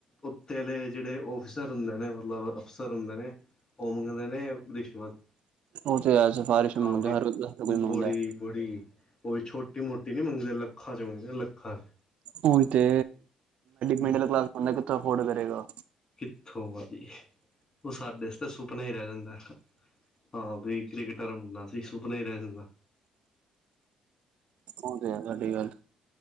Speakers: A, on the left; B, on the right.
A: ਉੱਤੇ ਅਲੇ ਜਿਹੜੇ ਊਫਿਸਰ ਹੁੰਦੇ ਨੇ, ਮਤਲਬ ਊਅਫਸਰ ਹੁੰਦੇ ਨੇ। ਉਹ ਮੰਗਦੇ ਨੇ ਰਿਸ਼ਵਤ।
B: ਉਹ ਤੇ ਹੈ ਸਿਫਾਰਿਸ਼
A: ਹਾਂ,
B: ਮੰਗਦੇ
A: ਵੀ
B: ਹਰ ਕੋਈ ਮੰਗਦਾ
A: ਬੋੜੀ ਬੜੀ ਉਈ ਛੋਟੀ- ਮੋਟੀ ਨੀ ਮੰਗਦੇ ਲੱਖਾਂ ਚਗਦੇ ਲੱਖਾਂ।
B: ਹੁਣ ਤੇ।
A: ਚ
B: ਮਿਡਲ ਕਲਾਸ ਬੰਦਾ ਕਿੱਥੋਂ ਅਫੋਰਡ ਕਰੇਗਾ।
A: ਕਿੱਥੋਂ ਆ ਜੀ। ਉਹ ਸਾਡੇ ਸੁਪਨਾ ਹੀ ਰਹਿ ਜਾਂਦਾ। ਹਾਂ। ਵੀਈ ਕ੍ਰਿਕਟਰ ਬਣਨਾ ਸੀ ਸੁਪਨਾ ਹੀ ਰਹਿ ਜਾਂਦਾ।
B: ੳਹ ਤੇ ਹੇ ਸਾਡੀ ਗੱਲ।